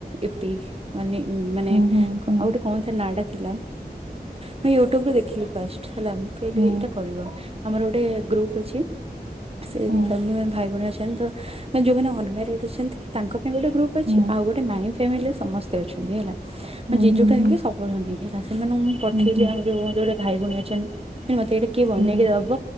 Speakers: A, on the right; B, on the right.
A: ଇପି ମାନେ ମାନେ
B: ହୁଁ
A: କ
B: ହୁଁ
A: ଆଉ ଗୋଟେ କଣ ସେ ନା ଟା ଥିଲା ମୁଁ ୟୁଟ୍ୟୁବରେ ଦେଖିବି ଫାଷ୍ଟ ହେଲା ମୁଁ କହିଲି
B: ହୁଁ
A: ଏଇଟା କରିବ ଆମର ଗୋଟେ ଗ୍ରୁପ ଅଛି ସେ
B: ହୁଁ
A: ଫ୍ୟାମିଲି ମାନେ ଭାଇ ଭଉଣୀ ଅଛନ୍ତି ତ ମାନେ ଯୋଉମାନେ ଅନମାରେଡ୍ ରେଡ୍ ଅଛନ୍ତି ତାଙ୍କ ପାଇଁ ଗୋଟେ ଗ୍ରୁପ ଅଛି
B: ହୁଁ
A: ଆଉ ଗୋଟେ ମାଇଁ ଫାମିଲିରେ ସମସ୍ତେ ଅଛନ୍ତି ହେଲା। ମଁ
B: ହୁଁ
A: ଜେଜେଟା
B: ହୁଁ ହୁଁ
A: ନେଇକି ସବୁଠୁ ନେଇକି ହେଲା ସେମାନଙ୍କୁ ମୁଁ ପଠେଇଲି
B: ହୁଁ ହୁଁ ହୁଁ ହୁଁ
A: ଆମ ଯୋଉ ଯୋଉଟେ ଭାଇ ଭଉଣୀ ଅଛନ୍ତି। ମତେ ଏଇଟା କିଏ ବନେଇକି
B: ହୁଁ
A: ଦବ